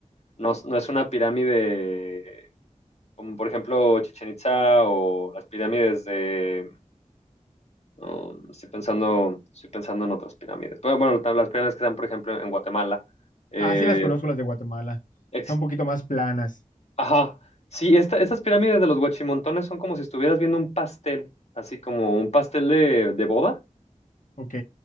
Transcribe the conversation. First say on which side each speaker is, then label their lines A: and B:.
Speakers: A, on the left (about 55°); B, on the left (about 85°).
A: no, es- no es una pirámide como por ejemplo Chichen Itza o las pirámides de... um, estoy pensando, estoy pensando en otras pirámides. Bueno, bueno, las pirámides que están por ejemplo en Guatemala. Eh,
B: Ah, sí las conozco las de Guatemala.
A: ex-
B: Son un poquito más planas.
A: Ajá, sí, esta, estas pirámides de los Huachimontones son como si estuvieras viendo un pastel, así como un pastel de, de boda.
B: Ok,